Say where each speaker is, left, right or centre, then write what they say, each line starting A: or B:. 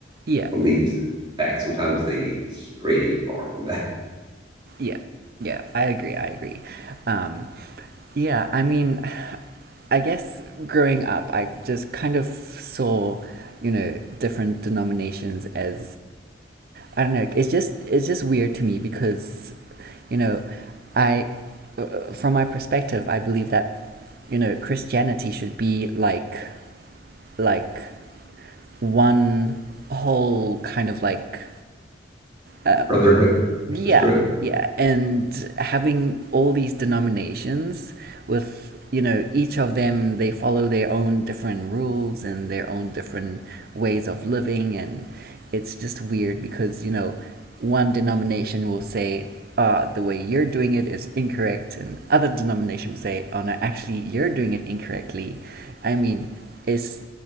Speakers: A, on the right; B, on the right.
A: yeah,
B: believes. In fact, sometimes they stray far from that
A: yeah, yeah. I agree. I agree. Um, yeah, I mean, I guess growing up, I just kind of saw, you know, different denominations as I don't know. It's just it's just weird to me because you know I, uh, from my perspective, I believe that you know Christianity should be like like one whole kind of like
B: <laughs>
A: uh,
B: brotherhood or
A: yeah
B: sisterhood.
A: yeah and having all these denominations with you know each of them they follow their own different rules and their own different ways of living and it's just weird because you know one denomination will say uh, the way you're doing it is incorrect and other denomination will say oh no actually you're doing it incorrectly i mean it's